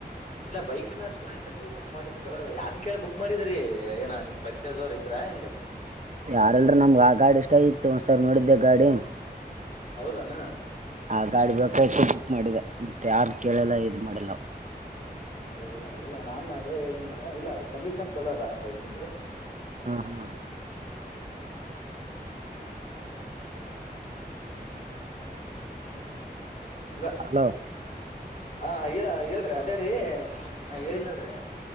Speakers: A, on the left (about 50°); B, on the right (about 50°).
A: ಇಲ್ಲ ಬೈಕ್ ನ ಚಲಾಯತ ನೀವು ಬುಕ್ ಮಾಡಿದ್ ಚಲೋ ಅದ ಯ್ ಕೇಳಿ ಬುಕ್ ಮಾಡಿದ್ರಿ ಏನ ನಿಮ್ ಪರಿಚಯದವರ್ ಇದ್ರ ಹೆಂಗ
B: ಯಾರಲ್ರ ನಮ್ಗೆ ಆ ಗಾಡಿ ಇಷ್ಟ ಇತ್ತು ಒಂದ್ಸರ್ ನೋಡಿದ್ದೆ ಗಾಡಿ
A: ಹೌದನಾ
B: ಆ ಗಾಡಿ ಬೇಕಾಯ್ತು ಬುಕ್ ಮಾಡಿದೆ ಮತ್ತೆ ಯಾರ್ ಕೇಳೆಲ್ಲ ಇದ್ ಮಾಡಿಲ್ಲ
A: ಇಲ್ಲ ಇಲ್ಲ ನಾನನ್ ಅದೇ ಹೇಳಿದನಲ್ಲ ಇಲ್ಲ ಕಂಡೀಷನ್ ಚಲೋ ಅದ ಬೈಕ ಇಂದು
B: ಹ್ಮ ಹ್ಮ್
A: <unintelligible> ಎಲ್ಲ
B: ಹಲೋ
A: ಹ ಅಯ್ಯ ಹೇಳ್ರಿ ಅದೇ ರೀ ನಾ ಹೇಳಿದಲ್ರರಿ